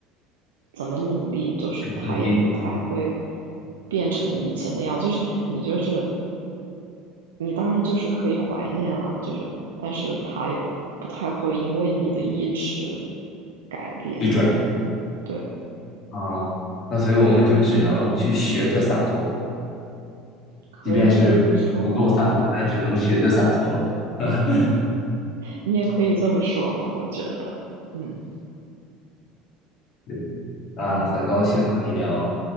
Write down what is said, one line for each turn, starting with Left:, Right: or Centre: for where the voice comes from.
Right: 怎么努力，就是他也不太会
Left: 努力
Right: 变成以前的样子。就是你就是你当然就是可以怀念了，就是但是他也不太会因为你的意志改变。
Left: 去转
Right: 对，
Left: 啊？那所以我们就只能去学着洒脱，
Right: 可以这么说，
Left: 即便是不够洒脱，但只能学着洒脱了。<laughs>
Right: 你也可以这么说吧，我觉得，嗯
Left: 对，那很高兴和你聊，
Right: 嗯，